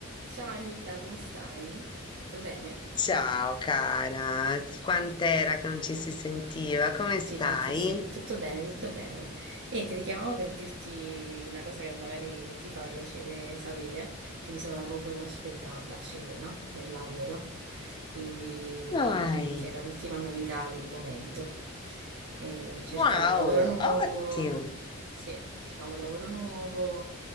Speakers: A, on the right; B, on the left.
A: Ciao Nicla, come stai? Tutto bene?
B: Ciao cara, quant'era che non ci si sentiva? Come
A: Sì,
B: stai?
A: tantissimo, tutto bene, tutto bene. Niente, ti chiamavo per dirti una cosa che magari ti fa piacere sapere, che mi sono da poco trasferita a Barcellona per lavoro, quindi
B: Dai,
A: niente, era l'ultima novità del momento. E cercavo
B: wow,
A: un lavoro nuovo.
B: ottimo.
A: Sì, cercavo un lavoro nuovo